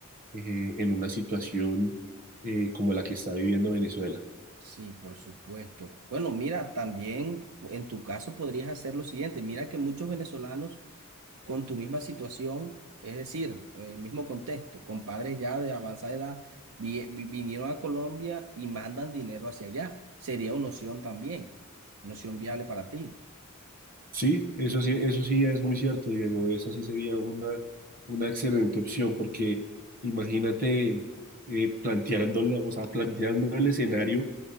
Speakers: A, on the right; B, on the right.
A: eh, en una situación eh, como la que está viviendo Venezuela.
B: Sí, por supuesto. Bueno, mira, también pu- en tu caso podrías hacer lo siguiente. Mira que muchos venezolanos con tu misma situación, es decir, el mismo contexto, con padres ya de avanzada edad, vi- vi- vinieron a Colombia y mandan dinero hacia allá. Sería una opción también, una opción viable para ti.
A: Sí, eso sí, eso sí es muy cierto, Diego. Esa sí sería una, una excelente opción porque imagínate eh, planteándola, o sea, planteando el escenario,